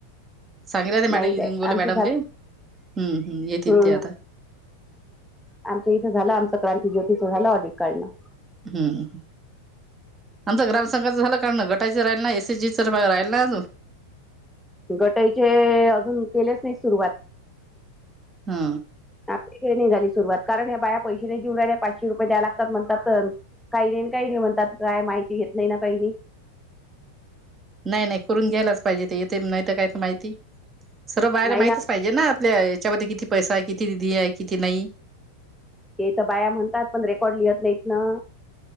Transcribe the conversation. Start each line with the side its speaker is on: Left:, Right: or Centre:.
Right: सागर याला
Centre: नाही
Right: हिंगोली
Centre: काय आमचं
Right: मॅडमले
Centre: झालं
Right: हम्म येतील
Centre: हम्म.
Right: ते आता.
Centre: आमच्या इथे झालं आमचं क्रांतीज्योतीचं झालं ऑडिट काढणं.
Right: हम्म. आमचं ग्राम संघात झालं काढणं गटाचं राहिलं नाही, एसी जिच राहिलं नाही अजून.
Centre: गटाईचे अजून केलेच नाही सुरुवात.
Right: हा.
Centre: आपलीडे नाही झाली सुरुवात कारण हे बाया पैसेा नाही देऊ रा पाचशे रुपये द्या म्हणतात लागाती चल काही नाही काही नाही म्हणतात काय माहिती घेत नाही ना काही नाही?
Right: नाही नाही करून घ्यायलाच पाहिजे ते इथे नाही तर काय का माहिती? सर्व बाया
Centre: नाही
Right: ला माहितच
Centre: ना
Right: पाहिजे ना आपल्या याच्यामध्ये किती पैसा आहे किती निधी आहे किती नाही.
Centre: ते तर बाया म्हणतात पण रेकॉर्ड लिहत नाहीत ना.